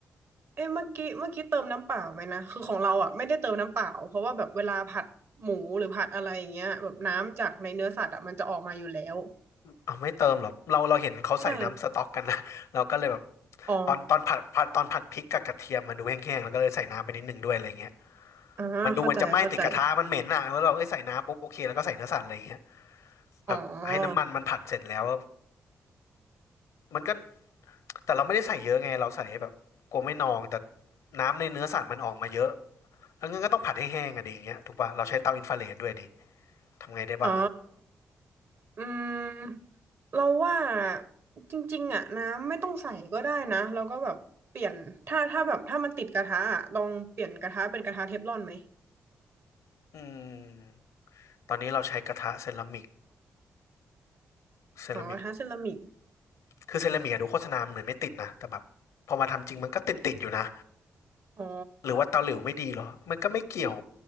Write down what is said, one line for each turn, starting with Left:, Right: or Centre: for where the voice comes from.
Right: เอ้เมื่อกี้เมื่อกี้เติมน้ำเปล่าไหมนะ คือของเราอ่ะไม่ได้เติมน้ำเปล่าเพราะว่าแบบเวลาผัดหมูหรือผัดอะไรอย่างเงี้ยแบบน้ำจากในเนื้อสัตว์อ่ะมันจะออกมาอยู่แล้ว
Left: เอาไม่เติมหรอเราเราเห็นเขาใส่น้ำสต๊อกกันนะ
Right: ใช่
Left: <laughs> เราก็เลยแบบ
Right: อ๋อ
Left: ตอนตอนผัดผัดตอนผัดพริกกับกระเทียมมันดูแห้งๆแล้วก็เลยใส่น้ำไปนิดนึงด้วยอะไรเงี้ย
Right: อ่าเข้าใจเข้าใจ
Left: มันดูเหมือนจะไหม้ติดกระทะมันเหม็นอ่ะแล้วเราเอ้ยใส่น้ำปุ๊บโอเคแล้วก็ใส่เนื้อสัตว์อะไรเงี้ยแบบให้น้ำมันมันผัดเสร็จแล้ว
Right: อ๋อ
Left: มันก็แต่เราไม่ได้ใส่เยอะไงเราใส่แบบกลัวไม่นองแต่น้ำในเนื้อสัตว์มันออกมาเยอะแล้วงั้นก็ต้องผัดให้แห้งอะดีอย่างเงี้ยถูกปะเราใช้เตาอินฟราเรดด้วยดิทำไงได้บ้างอ่ะ
Right: อ๋ออืมเราว่าจริงๆอ่ะน้ำไม่ต้องใส่ก็ได้นะเราก็แบบเปลี่ยนถ้าถ้าแบบถ้ามันติดกระทะอะลองเปลี่ยนกระทะเป็นกระทะเทฟลอนไหม
Left: อืมตอนนี้เราใช้กระทะเซรามิกเซรามิก
Right: อ๋อกระทะเซรามิก
Left: คือเซรามิกอะดูโฆษณาเหมือนไม่ติดนะแต่แบบพอมาทำจริงมันก็ติดติดอยู่นะ
Right: อ๋อ
Left: หรือว่าเตาหลิวไม่ดีเหรอมันก็ไม่เกี่ยว